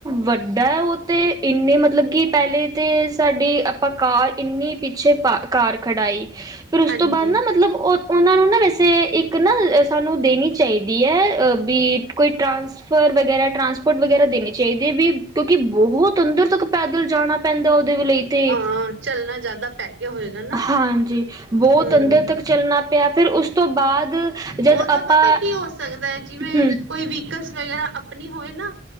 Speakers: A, on the right; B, on the right.
A: ਵੱਡਾ ਸਾਡਾ ਉਹ ਤਾਂ ਇੰਨੇ ਮਤਲਬ ਕਿ ਪਹਿਲੇ ਤਾਂ ਸਾਡੀ ਆਪਾਂ ਕਾਰ ਇੰਨੀ ਪਿੱਛੇ ਪਾ ਕਾਰ ਖੜ੍ਹਾਈ। ਫੇਰ ਉਸ
B: ਹਾਂਜੀ,
A: ਤੋਂ ਬਾਅਦ ਨਾ ਮਤਲਬ ਉਹ ਉਹਨਾਂ ਨੂੰ ਨਾ ਵੈਸੇ ਇੱਕ ਇੱਕ ਨਾ ਸਾਨੂੰ ਦੇਣੀ ਚਾਹੀਦੀ। ਹ ਵੀ ਕੋਈ ਟਰਾਂਸਫਰ ਵਗੈਰਾ ਟਰਾਂਸਪੋਰਟ ਵਗੈਰਾ ਦੇਣੀ ਚਾਹੀਦੀ ਹੈ ਵੀ ਕਿਉਂਕਿ ਬਹੁਤ ਅੰਦਰ ਤੱਕ ਪੈਦਲ ਜਾਣਾ ਪੈਂਦਾ ਉਹ ਲਈ
B: ਅ
A: ਤੇ
B: ਚੱਲਣਾ ਜ਼ਿਆਦਾ ਪੈ ਗਿਆ ਹੋਏਗਾ ਨਾ।
A: ਹਾਂਜੀ ਬਹੁਤ
B: ਹੂੰ,
A: ਅੰਦਰ ਤੱਕ ਚੱਲਣਾ ਪਿਆ ਫਿਰ ਉਸ ਤੋਂ ਬਾਅਦ ਜਦ
B: ਉਹਦਾ
A: ਆਪਾਂ
B: ਪਤਾ ਕੀ ਹੋ ਸਕਦਾ ਹੈ ਜਿਵੇਂ
A: ਹਮ
B: ਕੋਈ ਵਹੀਕਲ ਵਗੈਰਾ ਆਪਣੇ ਹੋਏ ਨਾ